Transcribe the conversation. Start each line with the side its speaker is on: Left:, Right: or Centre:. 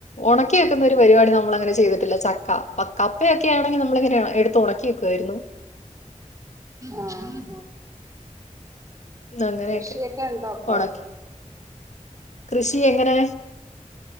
Left: ഉണക്കി വക്കുന്ന ഒരു പരിപാടി നമ്മൾങ്ങനെ ചെയ്തിട്ടില്ല ചക്ക. പക്കാ കപ്പയക്കെ ക്കെ ആണെങ്കിൽ നമ്മളിങ്ങനെ എടുത്ത് ഉണക്കി വക്കുവാരുന്നു
Right: ആഹ് ആഹ്
Left: അങ്ങനെയൊക്കെ
Right: കൃഷിയൊക്കെ ഉണ്ടോപ്പൊ?
Left: ഉണക്കി കൃഷി എങ്ങനെ?